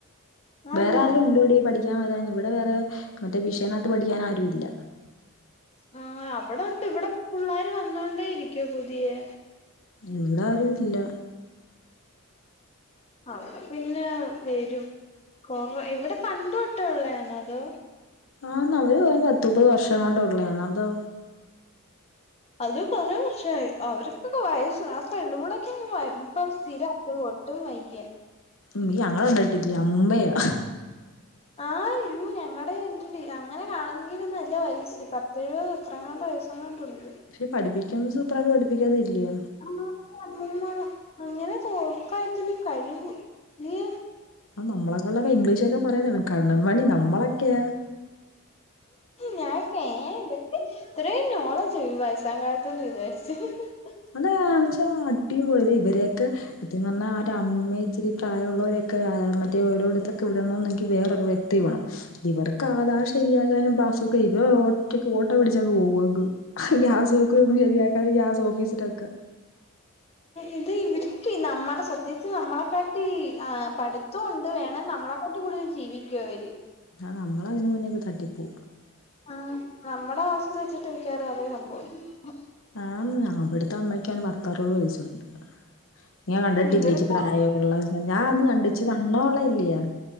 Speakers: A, on the left; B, on the left.
A: ആന്ന്
B: വേറേആരേലുംഉണ്ടോടിപഠി ക്കൻ വരാൻ ഇവിടെ വേറെ മറ്റേ ബഷേനകത്ത് പഠിക്കാനാരുംഇല്ല
A: ആ അവിടെണ്ട് ഇവിടെപുള്ളാര് വന്നോണ്ടേ ഇരിക്കുപുതിയെ
B: ഇവിടെ ആരും ഇല്ല
A: അവിടെ പിന്നെ വരും. കൊറ ഇവിടെ പണ്ട് തൊട്ടെ ഉള്ളയന്നോ അതോ
B: ആന്ന് അവര്പറഞ്ഞ് പത്ത്‌ മുപ്പത് വർഷംഎങ്ങാണ്ട് ഉള്ളേആന്ന് അതോ
A: അത് കുറെേ വർഷആയി അവർക്കൊക്കെവയസായി ആ പെണ്ണുപ്പുള്ളക്ക് ഇപ്പൊ സ്ഥിരകെ ഒട്ടുംവയ്യ
B: നീഞങ്ങളെകണ്ടെട്ടിക്ക് അമ്മുമ്മയാ
A: ആയി യോ ഞങ്ങടെ എ അങ്ങനെ കാണെന്നെകിൽ നല്ല വയസ്സ് പത്ത് എഴുപത് എത്രങ്ങണ്ട് വയസങ്ങാണ്ട് ഒണ്ട്
B: പക്ഷെ പഠിപ്പിക്കുന്ന സൂത്രട്ട് പഠിപ്പിക്കാതെ ഇല്ല്യ
A: ആ വന്നന്ന അങ്ങനെ തോക്കായത്തില്ല കഴിവ് ഇല്ലിയോ
B: ആ നമ്മളൊക്കയിലൊക്കെ ഇംഗ്ലീഷോക്കെപറയുന്നകണ്ണൻമണിനമ്മളൊക്കെയോ
A: ഞാൻഏഹ് ഇത്രെയുംനോളജോ ഈവയസക്കാലത്ത്എന്ന് വിചാരിച് മ് ഹ്
B: അതാന്ന് വെച്ചാൽ അടിപൊളി ഇവരൊക്കെ സത്യം പറഞ്ഞാൽ ആ ഒരു അമ്മൂമ്മ ഇച്ചിരി പ്രായമുള്ളവരൊക്കെ മറ്റേ ഓരോടത്തൊക്കെ വിടണന്നെങ്കിൽ വേറൊരു വ്യക്തി വേണം ഇവർ കാതാ ശരിയാ കാന് പാബുക്ക് ഇവ ഓറ്റക്ക് ഓട്ട പിടിച്ചങ്ങ് പോകങ്ങ് ഹ് ഗ്യാസ്ക്കും ശരിയാക്ക ഗ്യാസ് ഓഫീസിലൊക്കെ
A: ഇത് ഇവർക്ക് നമ്മളെസത്യത്തിനമ്മളെക്കാട്ടിഅഹ്‌ പഠിത്തംഒണ്ട് വേണേ നമ്മളെക്ക കൂടുതൽ ജീവിക്കു അവര്
B: ആ നമ്മള അതിനന് മുന്നേ ഇപ്പൊ തട്ടിപ്പോ
A: അഹ്‌ നമ്മുടെഅവസ്ഥവെച്ചിട്ട് മിക്കവാറും അതെസംഭവിക്ക
B: ആന്ന് അവിടത്തെ അമ്മക്കആണ്ടെ പത്താറുപത് വയസുണ്ട് ഞാൻ കണ്ടിട്ടില്ലച്ചി
A: ഇവർക്ക്
B: പ്രായമുള്ള ഞാൻ അന്ന് കണ്ടിച്ച് വണ്ണ ഉള്ള ഇല്ലയ